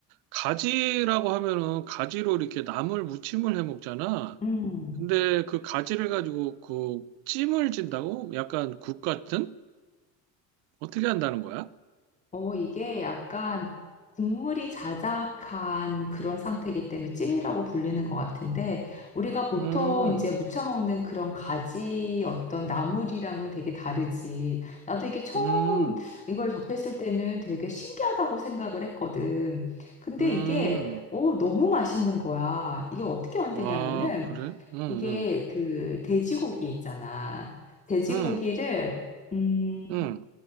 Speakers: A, on the right (about 90°); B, on the left (about 20°).
A: 가지라고 하면은 가지로 이렇게 나물 무침을 해 먹잖아.
B: 음.
A: 근데 그 가지를 가지고 그 찜을 진다고? 약간 국 같은? 어떻게 한다는 거야?
B: 어, 이게 약간 국물이 자작한 그런 상태이기 때문에 찜이라고 불리는 것 같은데, 우리가 보통
A: 음,
B: 이제 무쳐 먹는 그런 가지 어떤 나물이랑은 되게 다르지. 나도 이게 처음
A: 음,
B: 이걸 접했을 때는 되게 신기하다고 생각을 했거든. 근데
A: 음.
B: 이게, 어, 너무 맛있는 거야. 이게 어떻게 만드냐면은,
A: 아, 그래? 응, 응,
B: 이게 그 돼지고기 있잖아. 돼지고기를,
A: 응,
B: 음,
A: 응,